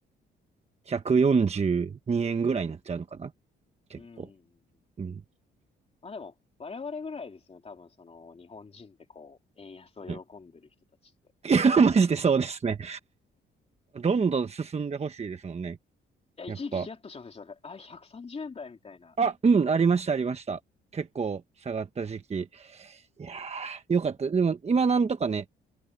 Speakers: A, on the right; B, on the left.
A: 142円ぐらいになっちゃうのかな結構。
B: うん。
A: うん。
B: まあでも、我々ぐらいですね。多分その、日本人でこう、円安を喜んでる人たちって。
A: はい <laughs> マジでそうですね。どんどん進んでほしいですもんね。
B: いや、一時期ヒヤッとしませんでした。
A: やっぱ。
B: だから、あ、130円台みたいな。
A: あ、うん、ありました、ありました。結構下がった時期。いやー、よかった。でも、今なんとかね、